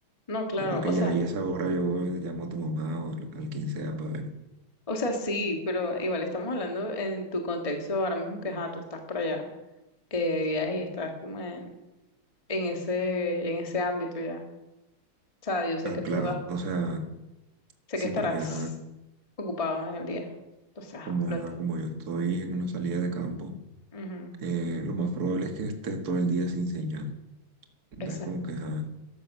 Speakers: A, on the left; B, on the right.
A: No, claro,
B: Yo creo que
A: o sea,
B: ya ahí a esa hora yo llamo a tu mamá o al, al quien sea para ver.
A: o sea, sí, pero igual estamos hablando en tu contexto ahora mismo que, ajá, tú estás para allá, eh, de viaje y estás como en, en ese, en ese ámbito ya. O sea, yo sé
B: Ah,
A: que tú
B: claro,
A: vas,
B: o sea,
A: sé
B: sí,
A: que estarás
B: porque ajá,
A: ocupado en el día. Entonces, ajá,
B: como,
A: lo
B: ajá,
A: entiendo.
B: como yo estoy en una salida de campo,
A: Ujú.
B: eh, lo más probable es que esté todo el día sin señal. Entonces,
A: Exacto.
B: como que ajá,